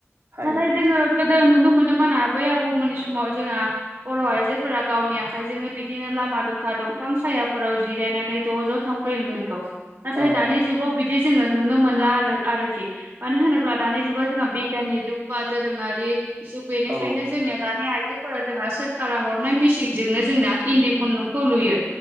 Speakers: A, on the right; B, on the right.
A: हायो
B: नाथाय जोङो गो दो नुनो मोनो मोन आबै आबौमोननि समाव जोंहा बर' आइजोफोरा गावनि आखाइजोंनो बिदिनो लाब मा द'था दंफां सायाफोराव जिरायनानै ज' ज' थावख्रि लुनायखौ। नाथाय
A: औ
B: दानि जुगाव बिदि जोङो नुनो मोनला आलो आरोखि। मानो होनोब्ला दानि जुगाव जोंहा बिग गियानि जुग बा दोरोङारि जुग बेनिखायनो
A: औ
B: जोंनिया दानिया आइजो फोरा जोंहा सोरखारा हरनाय मिसिंजोंनो जोंना इन्दि खुन्दुंखौ लुयो।